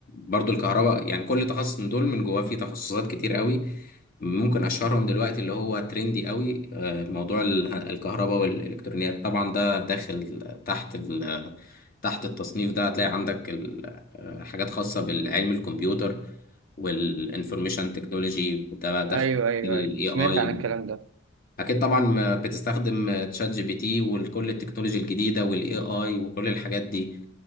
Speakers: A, on the left; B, on the right.
A: برضو الكهرباء يعني كل تخصص من دول من جواه فيه تخصصات كتير قوي ممكن أشهرهم دلوقتي اللي هو ترندي قوي آه، موضوع اله- الكهرباء والإلكترونيات طبعا ده داخل تحت ال... تحت التصنيف ده هتلاقي عندك ال... آه، حاجات خاصة بالعلم الكمبيوتر والانفورميشن تكنولوجي ده داخل
B: أيوه أيوه
A: ال
B: أيوه
A: AI
B: سمعت عن الكلام ده
A: اكيد طبعا ما بتستخدم تشات جي بي تي وكل التكنولوجيا الجديده والاي اي وكل الحاجات دي